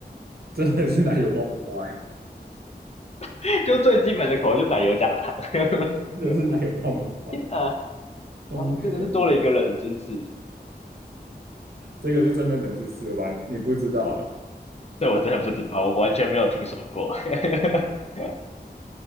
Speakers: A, on the right; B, on the left.
A: 真的是奶油爆米花欸，
B: <laughs> 就最基本的口味就奶油加糖。<laughs>
A: 真的是奶油爆米花。
B: 天哪，
A: 动物学家真的，
B: 啊，真的是多了一个冷知识，
A: 这个是真的冷知识了吧？你不知道啊。
B: 这我真的不知道，我完全没有听说过。<laughs>